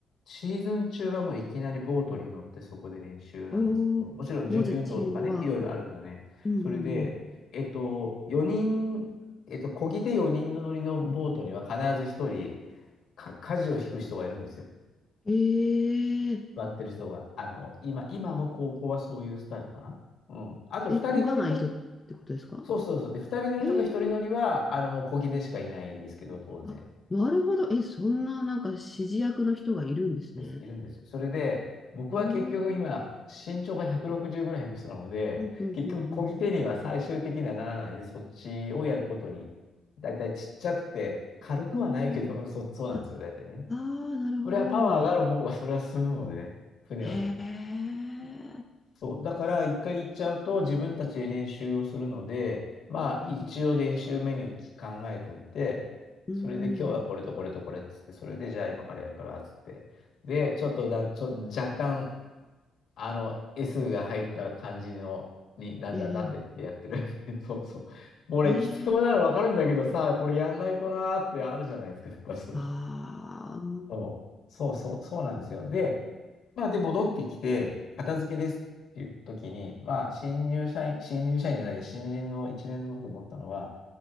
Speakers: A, on the left (about 70°); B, on the left (about 20°).
A: シーズン中はもういきなりボートに乗ってそこで練習なんですけど、
B: おおー、
A: もちろん準備運動とかね、
B: もうじゃあチームワーク。
A: いろいろあるけどね、
B: うんうんうん。
A: それで、えっと、4人、えっと、漕ぎ手4人の乗りのボートには必ず1人か、舵を引く人がいるんですよ。
B: え
A: 座ってる人が。あの、今、今も高校はそういうスタイルかな。うん。あと、
B: ええ、
A: 二人乗りと、
B: こがない人ってことですか
A: そうそうそう。で、二人乗りとか一人乗りは、
B: えー
A: あの、もう漕ぎ手しかいないですけど、当然
B: あ、なるほど。え、そんななんか指示役の人がいるんですね。
A: です。いるんです。それで、僕は結局今、
B: えー
A: 身長が160ぐらいの人なので、
B: うんうんうん
A: 結局漕ぎ手には最終的にはならないで、そっちをやることに、だいたいちっちゃくて、軽くはないけど、
B: うん。おー
A: うんそ、そうなんですよ、
B: あ、
A: だいたいね。
B: あー、なるほど。
A: それはパワーがある方が、それは進むのでね、船はね。
B: へえ、
A: そう。だから、一回行っちゃうと自分たちで練習をするので、まあ、
B: なるほど。
A: 一応練習メニュー考えておいて、
B: うんうん。
A: それで今日はこれとこれとこれっつって、それでじゃあ今からやるからっつって。で、ちょっとだ、ちょ、若干、あの、S が入った感じの、にだんだんなってってやってる。
B: えー
A: <laughs> そうそう。もう俺、
B: ええ
A: きつそうなの分かるんだけどさ、これやんないとなーってあるじゃないですか、やっぱそういう。
B: ああ、うん。
A: そう、そうそう、そうなんですよ。で、まあ、で、戻ってきて、片付けですっていう時に、まあ、新入社員、新入社員じゃないや、新人の1年の時思ったのは、